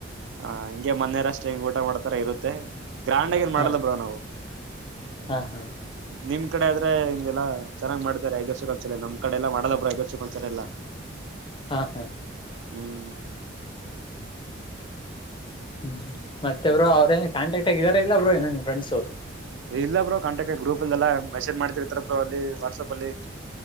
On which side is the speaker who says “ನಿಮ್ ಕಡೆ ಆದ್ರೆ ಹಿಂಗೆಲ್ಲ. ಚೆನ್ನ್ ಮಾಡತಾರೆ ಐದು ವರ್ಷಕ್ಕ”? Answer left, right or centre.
Right